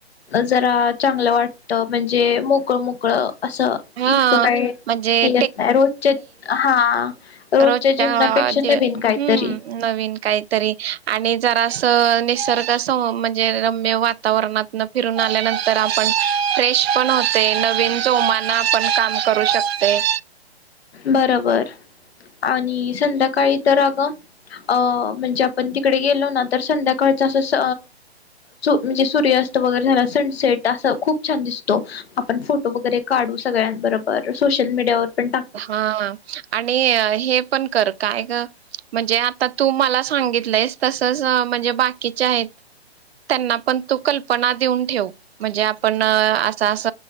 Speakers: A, on the left; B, on the right.
A: जरा चांगलं वाटत म्हणजे मोकळं मोकळ असं
B: हां,
A: इतकं काही
B: म्हणजे
A: हे येत नाही रोजचे हा रोजच्या
B: रोजच्याजे
A: जीवनापेक्षा नवीन
B: हम्म
A: काहीतरी
B: नवीन काहीतरी आणि जरास निसर्ग म्हणजे रम्य वातावरणातन फिरून आल्यानंतर आपण फ्रेश पण होतोय नवीन जोमान आपण काम करू शकतोय.
A: बरोबर आणि संध्याकाळी तर अगं अ म्हणजे आपण तिकडे गेलो ना तर संध्याकाळच अस म्हणजे सूर्यास्त वगैरे झाला सनसेट अस खूप छान दिसतो, आपण फोटो वगैरे काढू सगळ्यांबरोबर सोशल मीडियावर पण टाक-
B: हा आणि हे पण कर, काय ग? म्हणजे आता तू मला सांगितलंयस तसच म्हणजे बाकीचे आहेत त्यांना पण तू कल्पना देऊन ठेव म्हणजे आपण असं अस